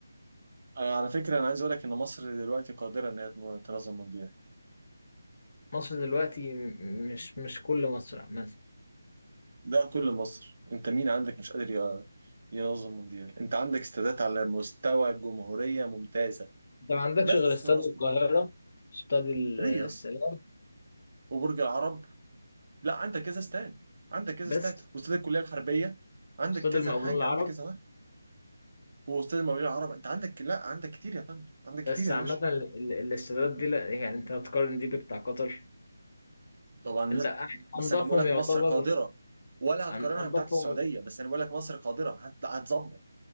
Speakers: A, on the right (about 50°); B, on the left (about 50°).
A: آه على فكره انا عايز اقول لك ان مصر دلوقتي قادره ان هي تن- تنظم مونديال
B: مصر دلوقتي م- مش مش كل مصر مثلا
A: ده كل مصر انت مين عندك مش قادر ي- ينظم مونديال انت عندك استادات على مستوى الجمهوريه ممتازه
B: انت ما عندكش
A: بس
B: غير استاد
A: ناقص
B: القاهرة استاد ال-
A: ليه
B: السلام
A: يا اسطى وبرج العرب لا عندك كذا استاد عندك كذا
B: بس
A: استاد واستاد الكليه الحربيه عندك
B: استاد
A: كذا
B: المقاولون
A: حاجه
B: العرب
A: عندك كذا واحد واستاد المقاولين العرب انت عندك لا عندك كتير يا فندم عندك كتير
B: بس
A: يا
B: عامة
A: باشا
B: ال- ال- الاستادات دي لا يعني انت هتقارن دي بتاع قطر
A: طبعا لا
B: انت أح-
A: بس
B: انضفهم
A: انا بقول لك
B: يعتبر
A: مصر قادره ولا هتقارنها
B: أن- انضفهم
A: بتاعت السعوديه بس انا بقول لك مصر قادره هت- هتظبط